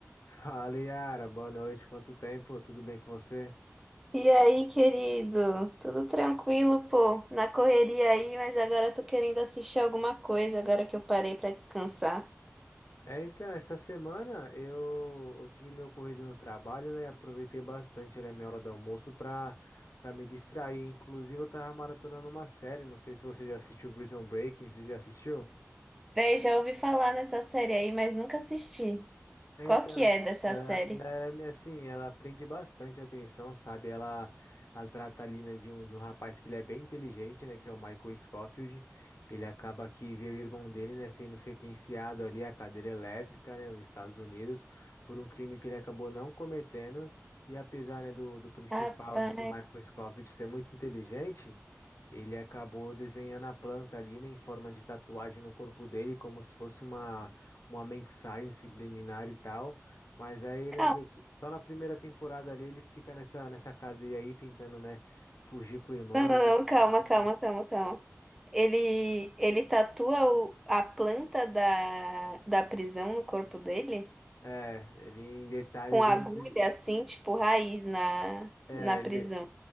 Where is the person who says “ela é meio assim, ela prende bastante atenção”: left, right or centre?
Left